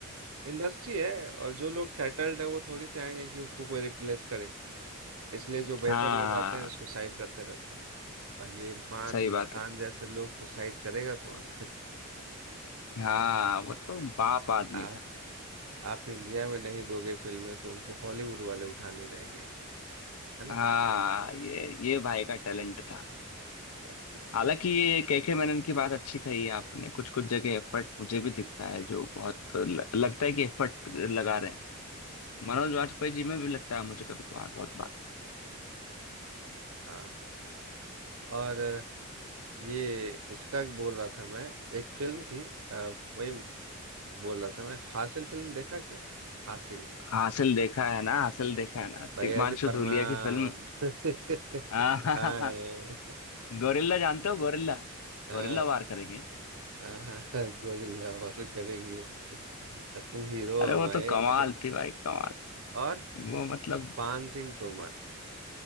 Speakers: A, on the right; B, on the left.
A: इंडस्ट्री है और जो लोग सेटल्ड है वो थोड़ी चाहेंगे कि उसको कोई रिप्लेस करे इसलिए जो बेहतर
B: हाँ
A: लोग आते हैं
B: हाँ,
A: उसको साइड करते रहते हैं और ये इरफान
B: सही बात
A: खान
B: है
A: जैसे लोग को साइड करेगा कौन
B: हाँ वो तो बाप आदमी
A: आप
B: था
A: आप इंडिया में नहीं दोगे फिल्में तो उनको हॉलीवुड वाले उठा ले जाएंगे है ना
B: हाँ ये ये भाई का टैलेंट था
A: और क्या
B: हालांकि ये केके मैनन की बात अच्छी कही है आपने कुछ कुछ जगह एफर्ट मुझे भी दिखता है जो बहुत ल, लगता है कि एफर्ट लगा रहे हैं मनोज वाजपेयी जी में भी लगता है मुझे कभी कभार बहुत बार
A: हाँ और ये इसका बोल रहा था मैं एक फिल्म थी अ, वही बोल रहा था मैं हासिल फिल्म देखा क्या हासिल
B: हासिल देखा है ना हासिल देखा है ना
A: भैया
B: तिग्मांशु
A: जी प्रणाम
B: धूलिया की फिल्म
A: <laughs>
B: <laughs> आहाहा,
A: दाएं
B: गोरिल्ला जानते हो गोरिल्ला
A: हाँ,
B: गोरिल्ला वार करेंगे
A: हाँ, हाँ, गोरिल्ला वार करेंगे तुम हीरो
B: अरे
A: हमारे
B: वो तो कमाल थी भाई कमाल
A: और
B: वो मतलब
A: पान सिंह तोमर